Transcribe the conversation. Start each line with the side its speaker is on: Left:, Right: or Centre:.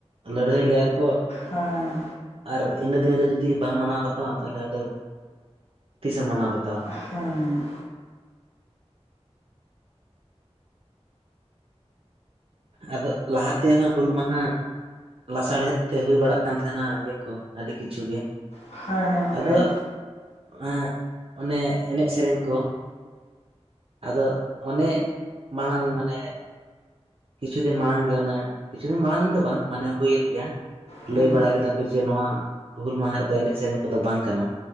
Right: ᱞᱟᱹᱲᱦᱟᱹᱭ ᱞᱮᱫᱼᱟ
Left: ᱦᱮᱸ᱾
Right: ᱟᱨ ᱤᱱᱟᱹ ᱫᱤᱱ ᱨᱮ ᱡᱩᱫᱤ ᱵᱟᱢ ᱢᱟᱱᱟᱣ ᱵᱟᱛᱟᱣᱟ ᱛᱟᱦᱚᱞᱮ ᱟᱫᱚ ᱛᱤᱥᱮᱢ ᱢᱟᱱᱟᱣ ᱵᱟᱛᱟᱣᱟ
Left: ᱦᱮᱸ᱾
Right: ᱟᱫᱚ ᱞᱟᱦᱟ ᱛᱮᱦᱚᱸ ᱦᱩᱞ ᱢᱟᱸᱦᱟ ᱞᱟᱥᱟᱲᱦᱮᱫ ᱛᱮ ᱦᱩᱭ ᱵᱟᱲᱟᱜ ᱠᱟᱱ ᱛᱟᱦᱮᱱᱟ ᱤᱭᱟᱹ ᱠᱚ ᱟᱹᱰᱤ ᱠᱤᱪᱷᱩ ᱜᱮ
Left: ᱦᱮᱸ ᱦᱮᱸ ᱦᱮᱸ
Right: ᱟᱫᱚ <unintelligible> ᱚᱱᱮ ᱮᱱᱮᱡ ᱥᱮᱨᱮᱧ ᱠᱚ ᱟᱫᱚ ᱚᱱᱮ <unintelligible> ᱢᱟᱲᱟᱝ ᱢᱟᱱᱮ ᱠᱤᱪᱷᱩ ᱫᱤᱱ ᱢᱟᱲᱟᱝ ᱜᱮ ᱚᱱᱮ ᱠᱤᱪᱷᱩ ᱫᱤᱱ ᱢᱟᱲᱟᱝ ᱫᱚ ᱵᱟᱝ ᱢᱟᱱᱮ ᱦᱩᱭᱮᱱ ᱜᱮᱭᱟ
Left: ᱚᱱᱮ
Right: ᱞᱟᱹᱭ ᱵᱟᱲᱟ ᱠᱮᱫᱟ ᱠᱚ ᱡᱮ ᱱᱚᱣᱟ ᱦᱩᱞ ᱢᱟᱦᱟ ᱨᱮᱫᱚ ᱮᱱᱮᱡ ᱥᱮᱨᱮᱧ ᱠᱚᱫᱚ ᱵᱟᱝ ᱠᱟᱱᱟ᱾